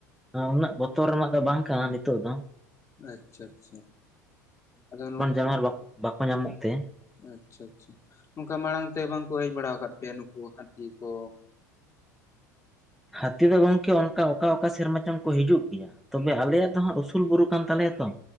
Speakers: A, in the centre; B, on the left.
A: ᱩᱱᱟᱹᱜ ᱵᱚᱛᱚᱨ ᱨᱮᱱᱟᱜ ᱫᱚ ᱵᱟᱝ ᱠᱟᱱᱟ ᱱᱤᱛᱚᱜ ᱫᱚ᱾
B: ᱟᱪᱪᱷᱟ ᱟᱪᱪᱷᱟ ᱟᱫᱚᱼᱼ
A: ᱟᱨ ᱵᱟᱠᱚ ᱧᱟᱢᱚᱜ ᱛᱮ᱾
B: ᱟᱪᱪᱷᱟ ᱟᱪᱪᱷᱟ ᱱᱚᱝᱼᱠᱟ ᱢᱟᱲᱟᱝ ᱛᱮ ᱵᱟᱝᱠᱚ ᱦᱮᱡ ᱵᱟᱲᱟ ᱟᱠᱟᱫ ᱯᱮᱭᱟ ᱱᱩᱠᱩ ᱦᱟᱹᱛᱤ ᱠᱚ᱾
A: ᱦᱟᱹᱛᱤ ᱫᱚ ᱜᱚᱢᱠᱮ ᱚᱱᱠᱟ ᱚᱠᱟ ᱚᱠᱟ ᱥᱮᱨᱢᱟ ᱪᱚᱝ ᱠᱚ ᱦᱤᱡᱩᱜ ᱜᱮᱭᱟ᱾ ᱛᱚᱵᱮ ᱟᱞᱮᱭᱟᱜ ᱫᱚ ᱦᱟᱸᱜ ᱩᱥᱩᱞ ᱵᱩᱨᱩ ᱠᱟᱱ ᱛᱟᱞᱮᱭᱟ ᱛᱚ